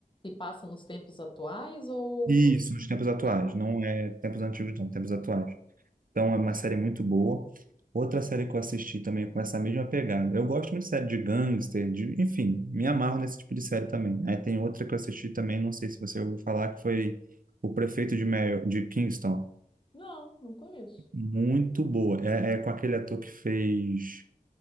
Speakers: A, on the left; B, on the right.
A: se passa nos tempos atuais ou...
B: Isso, nos tempos atuais,
A: Ah,
B: não é tempos antigos, não, tempos atuais. Então é uma série muito boa. Outra série que eu assisti também com essa mesma pegada. Eu gosto muito de série de gangster, de, enfim, me amarro nesse tipo de série também. Aí tem outra que eu assisti também, não sei se você ouviu falar, que foi O Prefeito de, Mary, de Kingston.
A: não, não conheço.
B: Muito boa. É, é com aquele ator que fez.